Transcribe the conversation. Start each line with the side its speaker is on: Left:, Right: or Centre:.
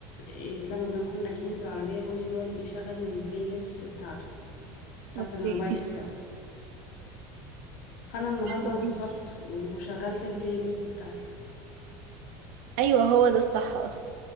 Left: إيه لما بنكون راجعين في العربية جوزي هو اللي بيشغل البلاي ليست بتاعته بتاعت
Right: اوكي
Left: الموبايل بتاعه
Right: <laughs>
Left: فانا النهاردة
Right: بتعملي
Left: انتصرت
Right: إيه؟
Left: وشغلت البلاي ليست بتاعتي
Right: ايوه هو ده الصح اصلا